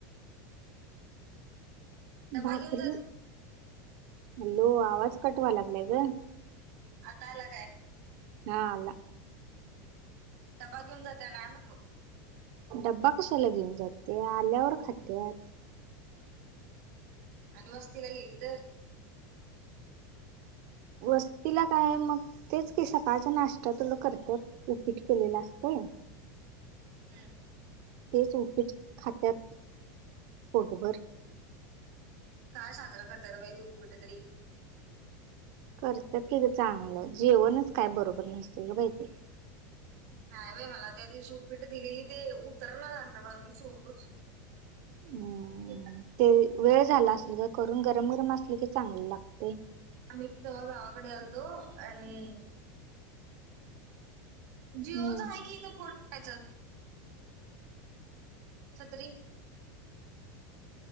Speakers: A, on the right (about 60°); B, on the right (about 45°).
A: डबा
B: भाकरी
A: घेऊन जात
B: हॅलो आवाज कट व्हंलागलाय गं.
A: आता आला काय?
B: हा आला.
A: डब्बा घेऊन जातिया काय म्हटलो.
B: डबा कशाला घेऊन जाती आल्यावर खात्यात.
A: आणि वस्तीला गेली तर?
B: वस्तीला काय मग तेच की सकाळच्या नाश्ता तेवढं करतात उपीट केलेलं असतंय.
A: हम्म
B: तेच उपीट खात्यात पोटभर.
A: काय साजर करत्यात बाई ते ऊपिट तरी.
B: करत्यात की गं चांगलं जेवणच काय बरोबर नसतयं गं बाई ते.
A: नाही बाई मला त्या दिवशी उपीठ दिली ते उतरना झालतं बघ मी सोडलोच. <unintelligible>
B: हम्म ते वेळ झाला असंल गं करून गरम गरम असलं की चांगलं लागतंय.
A: आम्ही तवा गावाकडं यालतो आणि जिओच
B: हम्म
A: आहे कि इथं पोठवायचं. छतरी